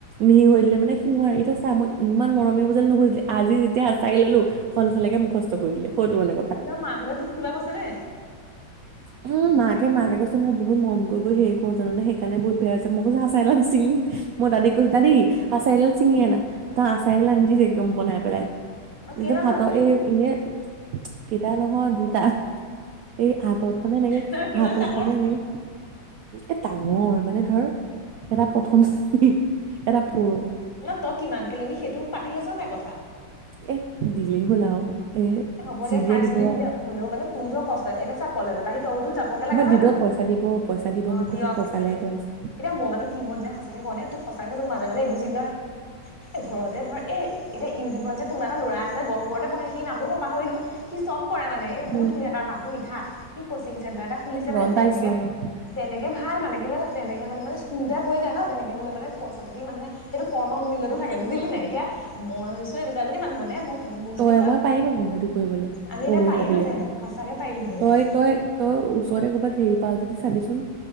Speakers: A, on the right (about 90°); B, on the left (about 30°).
A: মিহি হৈ দিলে মানে সি নোৱাৰে এতিয়া চা মই ইমান মৰমে বুজালে নুবুজিলে আজি যেতিয়া এচাৰি ললো সলসলকে মুখস্থ কৰি দিলে হয়টো মানে কথা
B: ন মাকহঁতে তোক কিবা কৈছে নে?
A: উম মাকে মাকে কৈছে মই বহুত মৰম কৰি গৈ সেয় কো জানে সেইকাৰণে বহুত বেয়া হৈছে মই কৈছো আচাৰিডাল চিঙি মই দাদী কৈছো দাদী আচাৰিডাল ছিঙি আনা তাই আচাৰিডাল আনি দিছ একদম বনাই পেলাই
B: অ কেইটা
A: একদম হাতৰ
B: ল'ৰা ছোৱালী
A: এই এনে এটা নহয় দুটা। এই হাতত মানে এনেকে,
B: নহয় কিমান
A: হাতত
B: ডাঙৰ
A: মানে এনেকে, এ', ডাঙৰ মানে ধৰ এটা প্ৰথম শ্ৰেণী। এটা
B: অ',
A: পৰো
B: ন', তই কিমানকে ল'বি সেইটো পাতি লৈছ, নাই কথা? কথা,
A: এ', দিলেই হ'ল আৰু। এ
B: হ'ব
A: যি
B: দে,
A: দিয়ে
B: ফাৰ্ষ্ট
A: দিব
B: বুলি
A: আৰু।
B: দিলে হলেও মানে তোৰ ধৰ, কষ্টত এতিয়া চা কলেজৰ পা আহি, তৌতো যাবগে লাগে হয়
A: দিব
B: নহয়।
A: পইচা
B: অ',
A: দিব পইচা দিব মোক কৈছে
B: দিয়ক
A: পইচালেহে
B: সেইটো
A: কৈ
B: এতিয়া
A: আছে।
B: মোৰ মানে কি মন যায় সচাকে ক'নে তোক সঁচাকে ক', তোৰ মাজে- -মাজে এইবোৰ চিন্তা এ', ঘৰতে ধৰ এ', এতিয়া ইউটিউবত যে, কোনোবা এটা ল'ৰা আছে। গহপুৰতে পঢ়ে, সেই নামটো পাহৰিলোঁ সি চব, কৰে মানে এই
A: উম,
B: বহুত ধুনীয়া তাৰ মাতটো মিঠা। কি কৈছিল। জেগা এটা খুলিছে
A: গম
B: মানে,
A: পাইছো
B: তেনেকে-তেনে
A: অ',
B: ভাল মানে কেলে জানা তেনেকে হ'লে মানে স্কুল টাইপ হৈ যায় ন', তেনেকে হ'লে মানে পইচা-পাতি মানুহে সেইটো কৰ্মমূল্যতো থাকে। বুজিলি নাই এতিয়া মইছো এনেকুৱা এজনী মানুহ মানে মই মোক
A: তই
B: যদি কয়,
A: মই পাৰিম সেইটো কৰিবলে
B: আমি
A: কওঁ
B: এতিয়া
A: বুলি
B: পাৰিলোহেঁতেন
A: ভাবিলে
B: সঁচাকে পাৰিলোহেঁতেন
A: তই',
B: পাই
A: - তই', তইও ওচৰতে কৰ'বাত হেৰি পাৱ যদি চাবিচোন।